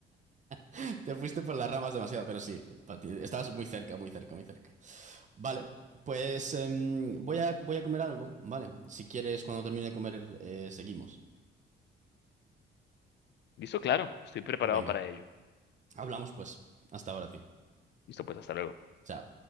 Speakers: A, on the right; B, on the left.
A: <laughs> Te fuiste por las ramas demasiado, pero sí, pati- estabas muy cerca, muy cerca, muy cerca. Vale, pues em, voy a, voy a comer algo, ¿vale? Si quieres, cuando termine de comer, eh, seguimos.
B: Listo, claro, estoy preparado
A: Venga,
B: para ello.
A: hablamos pues. Hasta ahora, tío.
B: Listo, pues hasta luego.
A: Chao.